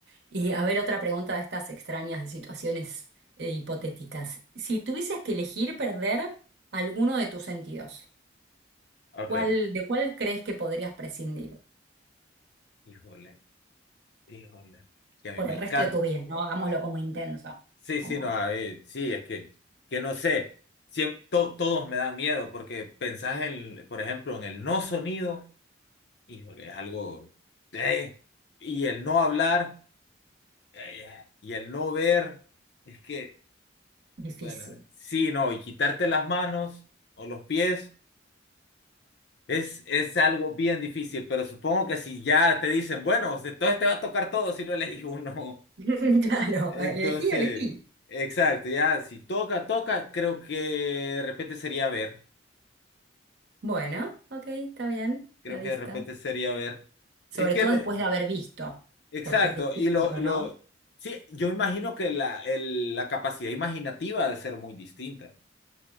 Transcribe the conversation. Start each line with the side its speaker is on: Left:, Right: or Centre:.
Right: Y a ver, otra pregunta de estas extrañas de situaciones eh, hipotéticas. Si tuvieses que elegir perder alguno de tus sentidos.
Left: Ok,
Right: ¿Cuál, de cuál crees que podrías prescindir
Left: híjole, híjole, que a
Right: por
Left: mí me
Right: el
Left: encanta.
Right: resto de tu vida? No hagámoslo como intenso,
Left: Sí,
Right: como
Left: sí, no, a ver, sí, es que, que no sé, siem- to- todos me dan miedo porque pensás en, por ejemplo, en el no sonido, híjole, es algo, eh, y el no hablar, eh, y el no ver, es que,
Right: difícil.
Left: bueno, sí, no, y quitarte las manos o los pies es, es algo bien difícil, pero supongo que si ya te dicen, bueno, entonces te va a tocar todo si no elegís uno.
Right: <laughs> Claro,
Left: Entonces,
Right: elegí, elegí.
Left: exacto, ya si toca, toca, creo que de repente sería ver.
Right: Bueno, ok, está bien,
Left: Creo
Right: la vista.
Left: que de repente sería ver.
Right: Sobre
Left: Es que,
Right: todo
Left: no-
Right: después de haber visto,
Left: exacto,
Right: porque es distinto,
Left: y lo, lo,
Right: ¿no?
Left: sí, yo imagino que la, el- la capacidad imaginativa ha de ser muy distinta.